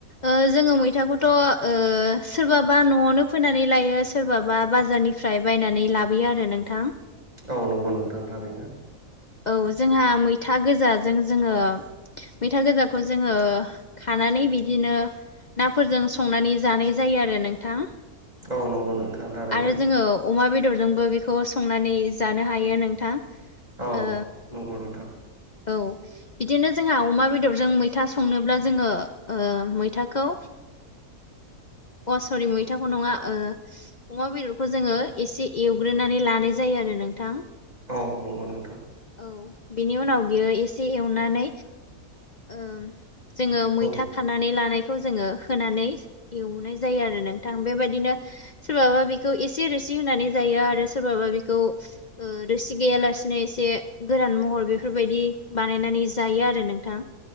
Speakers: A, on the left; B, on the right.
A: ओ जोङो मैथाखौथ' ओ सोरबाबा न'आवनो फोनानै लायो सोरबाबा बाजारनि फ्राय बायनानै लाबोयो आरो नोंथां
B: औ नंगौ नोंथां थारैनो
A: औ जोंहा मैथा गोजाजों जोङो मैथा गोजाखौ जोङो खानानै बिदिनो नाफोरजों संनानै जानाय जायो आरो नोंथां
B: औ नंगौ नोंथां थारैनो
A: आरो जोङो अमा बेदरजोंबो बेखौ संनानै जानो हायो नोंथां
B: औ
A: ओ
B: नंगौ नोंथां
A: औ बिदिनो जोंहा अमा बेदरजों मैथा मैथा संनोब्ला जोङो ओ मैथाखौ अ सरि मैथाखौ नङा ओ अमा बेदरखौ जोङो एसे एवग्रोनानै लानाय जायो आरो नोंथां
B: औ नंगौ नोंथां
A: औ बेनि उनाव बियो एसे एवनानै ओम जोङो मैथा
B: औ
A: खानानै लानायखौ जोङो होनानै एवनाय जायो आरो नोंथां बेबायदिनो सोरबाबा बेखौ एसे रोसि होनानै जायो आरो सोरबाबा बेखौ ओ रोसि गैयालासिनो एसे गोरान महर बेफोरबायदि बानायनानै जायो आरो नोंथां